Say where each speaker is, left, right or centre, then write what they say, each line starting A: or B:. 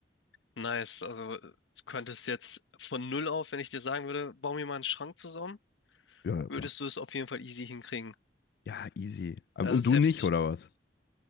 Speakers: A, on the left; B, on the left.
A: nice. Also du könntest jetzt von null auf, wenn ich dir sagen würde, bau mir mal einen Schrank zusammen,
B: Ja, ja,
A: würdest
B: klar.
A: du es auf jeden Fall easy hinkriegen.
B: Ja, easy. Aber-
A: Das
B: Und
A: ist
B: du
A: heftig.
B: nicht, oder was?